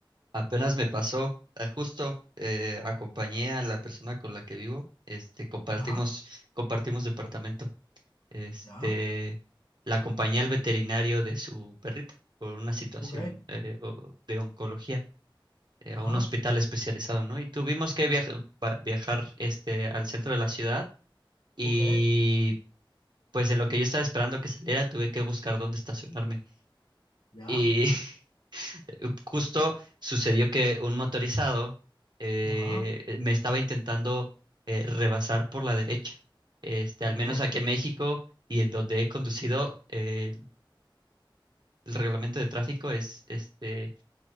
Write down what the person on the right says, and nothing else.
Apenas me pasó, eh, justo eh, acompañé a la persona con la que vivo, este, compartimos,
compartimos departamento. Este,
la acompañé al veterinario de su perrita por una situación
eh, o- de oncología, eh,
a un hospital especializado, ¿no? Y tuvimos que viaj- va- viajar este, al centro de la ciudad y
pues en lo que yo estaba esperando que saliera, tuve que buscar dónde estacionarme.
Y <laughs> eh, Justo sucedió que un motorizado eh,
eh, me estaba intentando eh, rebasar por la derecha. Este,
al menos aquí en México y en donde he conducido, eh, el reglamento de tráfico es, este,